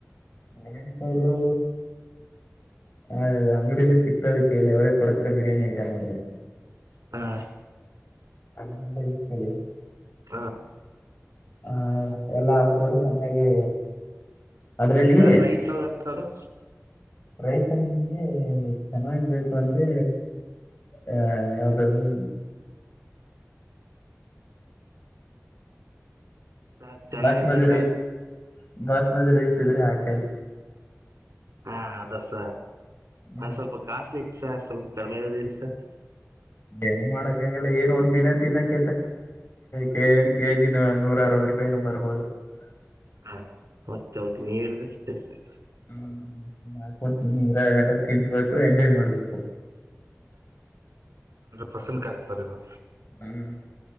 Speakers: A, on the left; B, on the right.
A: ಬಿರಿಯಾನಿ ಪೌಡರು ಅದು ಅಂಗಡಿಲ್ಲೇ ಸಿಗ್ತದೆ ಕೇಳಿ ಅವ್ರಿಗೆ ಕೊಡತ್ತಾರೆ ಬಿರಿಯಾನಿ ಐಟಮ್ ಅಂದ್ರೆ.
B: ಹಾ....
A: ಅದನ್ನೆಲ್ಲ ಇಸ್ಕೊಳ್ಳಿ
B: ಹಾ
A: ಹಾ ಎಲ್ಲ ಹಾಕ್ಬಿಟ್ಟು ಚೆನ್ನಾಗಿ ಅದ್ರಲ್ಲಿ
B: ಸರ್ ರೈಸ್ ಯಾವ್ದು ಹಾಕೋದು
A: ರೈಸನ್ ಹಾ ನಿಮಗೆ ಚೆನ್ನಾಗ್ ಬೇಕು ಅಂದ್ರೆ ಅ ಯಾವ್ದದ್ದು
B: ಸರ್ ಚೆನ್ನಾಗಿ
A: ಬಾಸುಮತಿ
B: ಬೇಕಾ
A: ರೈಸ್ ಬಾಸುಮತಿ ರೈಸ್ ಇದ್ರೆ ಹಾಕಲಿ
B: ಹಾ ಅದಸ
A: ಹ್ಮ್
B: ಅ ಸ್ವಲ್ಪ ಕಾಸ್ಟ್ಲಿ ಸರ್ ಸ್ವಲ್ಪ ಕಡಿಮೆ ಇರೋದ ಇಲ್ಲ ಸರ್
A: ಡೆನ್ ಮಾಡಕ್ಕ ಆಗಲ್ಲ ಏನ್ ಒಂದ ದಿನ ತಿನ್ನಕ್ಕೆ ಕೆಏನ್ ಕೆಜಿ ನೂರ ಅರವತ್ತು ರೂಪಾಯಿ ಬರುತ್ತೇ <unintelligible>
B: ಹಾ ಹೊತ್ ಹೊತ್ಗ್ ನೀರ್ <unintelligible>
A: ಹ್ಮ್ <unintelligible> <unintelligible> ಇರಗಂಟ ತಿನ್ಬೇಕು ಎಂಜಾಯ್ ಮಾಡ್ಬೇಕು
B: ಫಸನ್ ಕರಸ್ತಾರ್ ಇವ್ರು.
A: ಹ್ಮು.